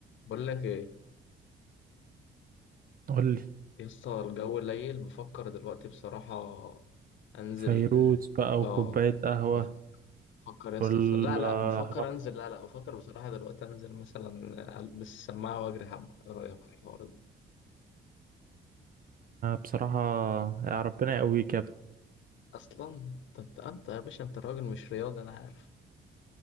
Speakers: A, on the left; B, on the right.
A: بقول لك ايه
B: قولي
A: يا اسطى الجو قليل بفكر دلوقتي بصراحة انزل
B: فيروز بقى
A: اه
B: وكوباية قهوة
A: بفكر بفكر يا اسطى
B: والحوار
A: بصراحة لا لا بفكر انزل لا لا بفكر بصراحة دلوقتي انزل مثلا البس السماعة واجري حبة ايه رأيك في الحوار ده
B: بصراحة يا ربنا يقويك يا ابني
A: اصلا طب انت انت يا باشا انت راجل مش رياضي انا عارف